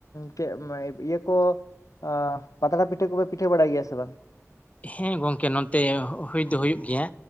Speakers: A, on the left (about 85°); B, on the left (about 25°).
A: ᱪᱮᱫ ᱤᱭᱟᱹ ᱠᱚ ᱟ ᱯᱟᱛᱲᱟ ᱯᱤᱴᱷᱟᱹ ᱠᱚᱯᱮ ᱯᱤᱴᱷᱟᱹ ᱵᱟᱲᱟᱭ ᱜᱮᱭᱟ ᱥᱮ ᱵᱟᱝ?
B: ᱦᱮᱸ ᱜᱚᱝᱠᱮ ᱱᱚᱛᱮ ᱦᱩᱭ ᱫᱚ ᱦᱩᱭᱩᱜ ᱜᱮᱭᱟ᱾